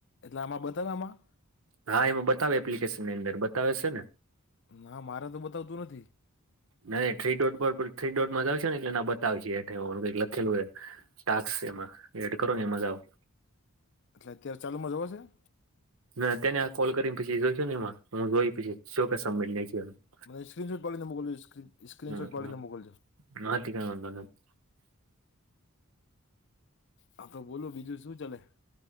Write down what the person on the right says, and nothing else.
હા એમાં બતાવે એપ્લિકેશનની અંદર બતાવે છે ને
નહી થ્રી ડોટ પર થ્રી ડોટમાં જ આવશે ને એટલે બતાવશે એ કઈક લખેલું એ ટાસ્ક એમાં એડ કરો ને એજા આવ
ના તેને આ કોલ કરીને પછી જોઈશો ને એમાં હું જોઈ પછી શ કે સમિટ નઈ <unintelligible>
નથી
<unintelligible>